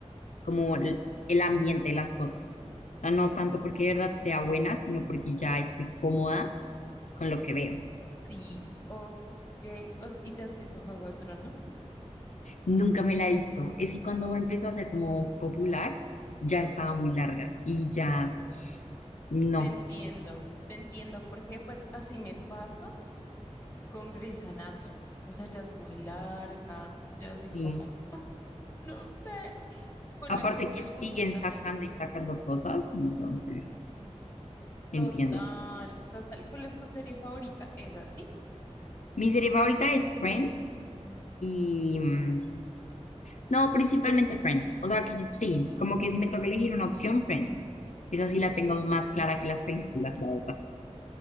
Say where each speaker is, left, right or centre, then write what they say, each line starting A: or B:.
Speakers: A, on the left (about 85°); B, on the left (about 20°).
A: como el el ambiente de las cosas. O sea, No tanto porque de verdad sea buena, sino porque ya estoy cómoda con lo que veo.
B: Sí, Ok. O sea, ¿y te has visto Juego de Tronos?
A: Nunca me la he visto. Es que cuando empezó a ser como popular, ya estaba muy larga y ya no.
B: Te entiendo, te entiendo, porque pues así me pasa con Grey's Anatomy. O sea, ya es muy larga, ya así
A: Sí.
B: como, no sé, con
A: Aparte
B: la que te
A: que siguen
B: gusta también.
A: sacando y sacando cosas, entonces entiendo.
B: Total, total. ¿Cuál es tu serie favorita? ¿Esa sí?
A: Mi serie favorita es Friends y... mm, No, principalmente Friends. O sea que yo- sí, como que si me toca elegir una opción, Friends. Esa sí la tengo más clara que las películas, la verdad.